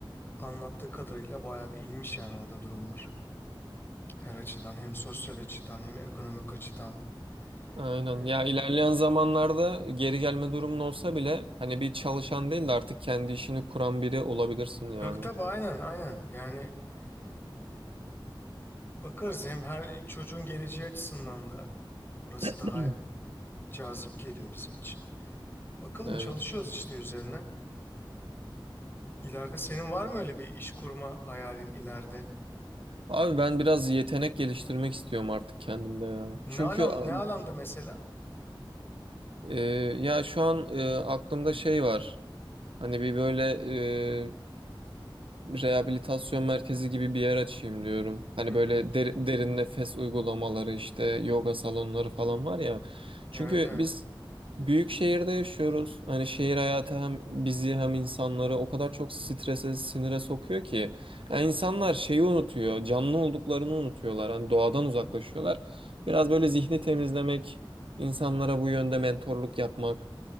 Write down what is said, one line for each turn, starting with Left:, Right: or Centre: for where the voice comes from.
Left: anlattığı kadarıyla bayağı bir iyiymiş yani orada durumlar. Her açıdan hem sosyal açıdan hem ekonomik açıdan.
Right: Aynen.
Left: E,
Right: Ya ilerleyen zamanlarda geri gelme durumun olsa bile hani bir çalışan değil de artık kendi işini kuran biri olabilirsin yani.
Left: Tabii tabii aynen aynen. Yani e, bakarız hem her çocuğun geleceği açısından da orası
Right: <clears throat>
Left: daha cazip geliyor bizim için. Bakalım
Right: Evet.
Left: çalışıyoruz işte üzerine. İleride senin var mı öyle bir iş kurma hayalin ileride?
Right: Abi ben biraz yetenek geliştirmek istiyorum artık kendimde ya. Çünkü
Left: Ne alan
Right: a-
Left: ne alanda mesela?
Right: e, ya şu an e, aklımda şey var. Hani bir böyle e, rehabilitasyon merkezi gibi bir yer açayım diyorum. Hani
Left: Hı hı.
Right: böyle der- derin nefes uygulamaları işte yoga salonları falan var ya. Çünkü
Left: Evet evet.
Right: biz büyük şehirde yaşıyoruz. Hani şehir hayatı hem bizi hem insanları o kadar çok strese, sinire sokuyor ki. Yani insanlar şeyi unutuyor, canlı olduklarını unutuyorlar. Hani doğadan uzaklaşıyorlar. Biraz böyle zihni temizlemek, insanlara bu yönde mentorluk yapmak.